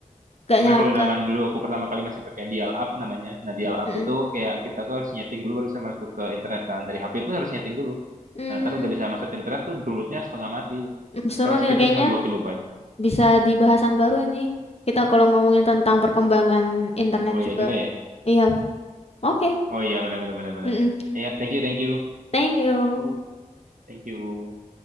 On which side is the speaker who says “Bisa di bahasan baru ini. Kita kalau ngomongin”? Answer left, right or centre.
Left